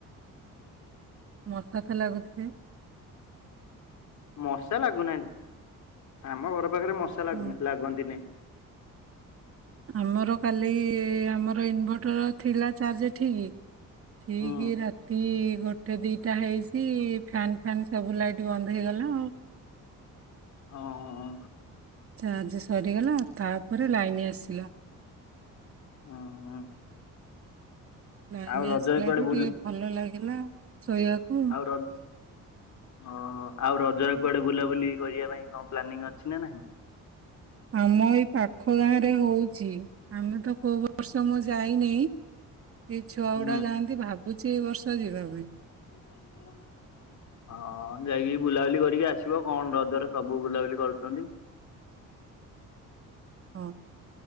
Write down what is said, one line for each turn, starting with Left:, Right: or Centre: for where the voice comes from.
Right: ମଶାତ ଲାଗୁଥିବେ?
Left: ମଶା ଲାଗୁନାହାଁନ୍ତି। ଆମ ଘର ପାଖରେ ମଶା ଲାଗୁ
Right: ହଁ।
Left: ଲାଗନ୍ତି ନାଇଁ।
Right: ଆମର କାଲି ଇ ଆମର ଇନଭର୍ଟର ଥିଲା ଚାର୍ଜ ଠିକ ଠିକ
Left: ହୁଁ
Right: ରାତି ଗୋଟେ ଦିଟା ହେଇଛି ଫ୍ୟାନ ଫ୍ୟାନ ସବୁ ଲାଇଟ୍ ବନ୍ଦ ହେଇଗଲା ଆଉ।
Left: ଓହୋ।
Right: ଚାର୍ଜ ସରିଗଲା। ତାପରେ ଲାଇନ ଆସିଲା।
Left: ହୁଁ
Right: ଲାଇନ
Left: ଆଉ ରଜରେ
Right: ଆସିଲାଠୁ
Left: କୁଆଡେ ବୁଲ
Right: ଟିକେ ଭଲ ଲାଗିଲା ଶୋଇବାକୁ
Left: ଆଉ ର ଓହୋ ଆଉ ରଜରେ କୁଆଡେ ବୁଲାବୁଲି କରିବା ପାଇଁ କଣ ପ୍ଲାନିଂ ଅଛି ନା ନାହିଁ?
Right: ଆମ ଏଇ ପାଖ ଗାଁରେ ହଉଚି ଆମେ ତ କୋଉ ବର୍ଷ ମୁଁ ଯାଇନେଇ ଏଇ ଛୁଆ
Left: ହୁଁ
Right: ଗୁଡା ଯାଆନ୍ତି। ଭାବୁଛି ଏଇ ବର୍ଷ ଯିବା ପାଇଁ।
Left: <inaudible> ହଁ ଯାଇକି ବୁଲାବୁଲି କରିକି ଆସିବ। କଣ ରଜରେ ସବୁ ବୁଲାବୁଲି କରୁଛନ୍ତି।
Right: ହଁ।